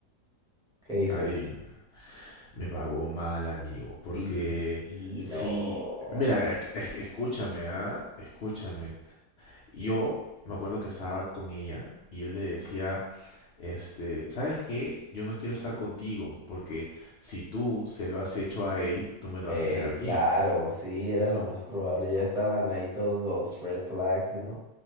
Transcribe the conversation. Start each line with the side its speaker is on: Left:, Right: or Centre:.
Centre: ¿qué hizo?
Left: Adivina.
Centre: Dime.
Left: Me pagó mal, amigo, porque
Centre: Y, y- y
Left: sí,
Centre: no.
Left: mira, es- que- es- que escúchame, ¿ah? Escúchame. Yo me acuerdo que estaba con ella y yo le decía, este, ¿sabes qué? Yo no quiero estar contigo porque si tú se lo has hecho a él, tú me lo
Centre: Eh,
Left: vas a hacer a mí.
Centre: claro, sí, era lo más probable. Ya estaban ahí todos los red flags, ¿no?